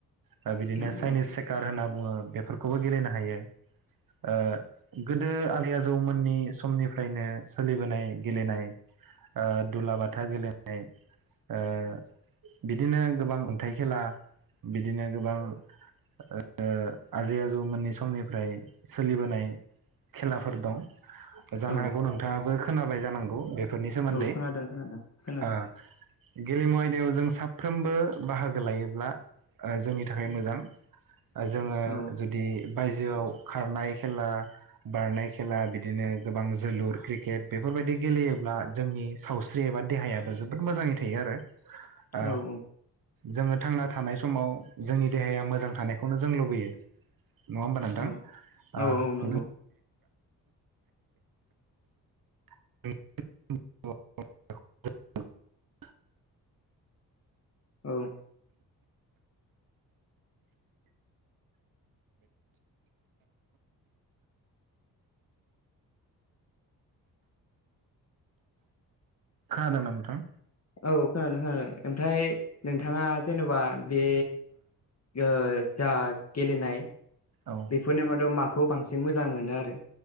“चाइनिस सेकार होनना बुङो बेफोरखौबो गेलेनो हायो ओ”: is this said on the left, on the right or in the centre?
Right